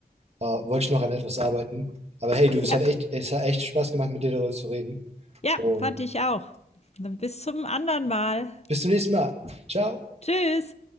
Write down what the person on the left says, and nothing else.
ja,
ja,
fand ich auch. Dann bis zum anderen Mal.
Tschüss.